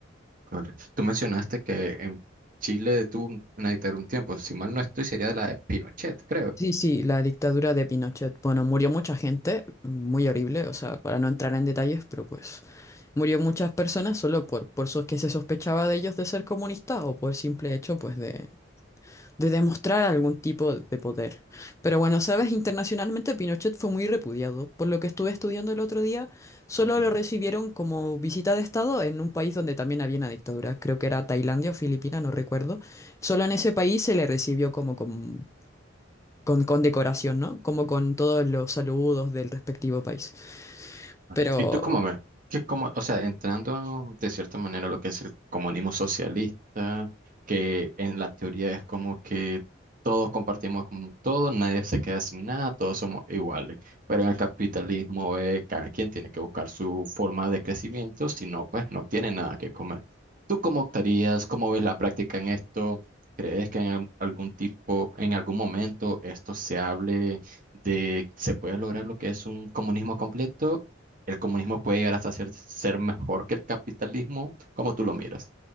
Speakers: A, on the right; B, on the left.
A: Correcto. Tú mencionaste que en Chile tuvo un- una dictadura un tiempo, si mal no estoy, sería la de Pinochet, creo.
B: Sí, sí, la dictadura de Pinochet. Bueno, murió mucha gente, muy horrible, o sea, para no entrar en detalles, pero pues murió muchas personas solo por, por sos- que se sospechaba de ellos de ser comunistas o por simple hecho, pues, de, de demostrar algún tipo de poder. Pero bueno, sabes, internacionalmente Pinochet fue muy repudiado. Por lo que estuve estudiando el otro día, solo
A: Ujú.
B: lo recibieron como visita de Estado en un país donde también había una dictadura. Creo que era Tailandia o Filipinas, no recuerdo. Solo en ese país se le recibió como, como con, con decoración, ¿no? Como con todos los saludos del respectivo país.
A: Correcto.
B: Pero,
A: Y tú como, a ver, que como, o sea, entrando de cierta manera a lo que es el comunismo socialista, que en la teoría es como que todos compartimos con todo, nadie se queda sin nada, todos somos iguales. Pero en el capitalismo eh, cada quien tiene que buscar su forma de crecimiento, si no, pues no tiene nada que comer. ¿Tú cómo optarías? ¿Cómo ves la práctica en esto? ¿Crees que en al- algún tipo, en algún momento esto se hable de se puede lograr lo que es un comunismo completo? el comunismo puede llegar hasta ser, ser mejor que el capitalismo, como tú lo miras.